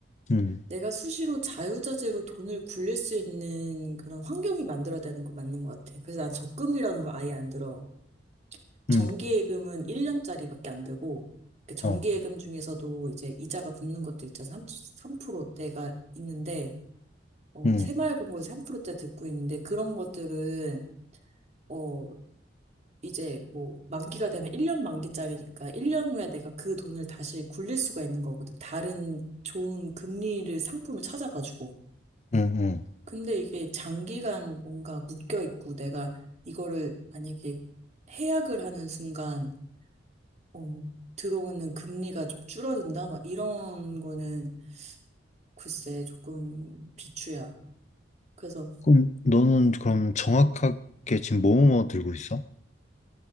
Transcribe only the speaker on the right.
내가 수시로 자유자재로 돈을 굴릴 수 있는 그런 환경이 만들어야 되는 거 맞는 것 같아. 그래서 난 적금이라는 거 아예 안 들어. 정기예금은
1년짜리밖에 안 되고, 그 정기예금
중에서도 이제 이자가 붙는 것도 있잖아. 프 3%대가 있는데, 어,
새마을금고에서 3%대 듣고 있는데, 그런 것들은, 어, 이제 뭐 만기가 되면 1년 만기짜리니까 1년 후에 내가 그 돈을 다시 굴릴 수가 있는 거거든. 다른 좋은 금리를 상품을 찾아가지고.
근데 이게 장기간 뭔가 묶여 있고 내가 이거를 만약에 해약을 하는 순간 어, 들어오는 금리가 좀 줄어든다 막 이런 거는 글쎄 조금 비추야. 그래서